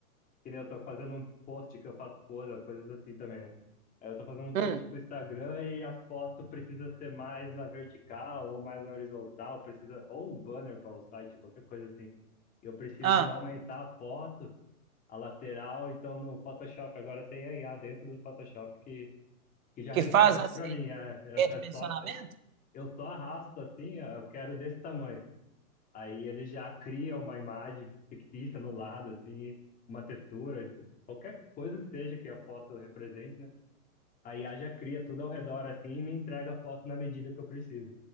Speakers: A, on the left (about 20°); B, on the right (about 65°).
A: Que nem eu tô fazendo um post que eu faço pose, coisas assim também, né? Aí Eu tô fazendo um post
B: hum,
A: pro Instagram e a foto precisa ser mais na vertical ou mais na horizontal, precisa, ou um banner para o site, qualquer coisa assim. Eu preciso
B: ah,
A: aumentar a foto a lateral, então no Photoshop agora tem a IA dentro do Photoshop que, que já
B: que
A: resolve
B: faz
A: isso
B: assim,
A: para mim. É, é,
B: redimensionamento?
A: é só, eu, eu só arrasto assim, ó, eu quero desse tamanho. Aí ele já cria uma imagem fictícia no lado, assim, uma textura, qualquer coisa que seja que a foto represente, né? A IA já cria tudo ao redor assim e me entrega a foto na medida que eu preciso.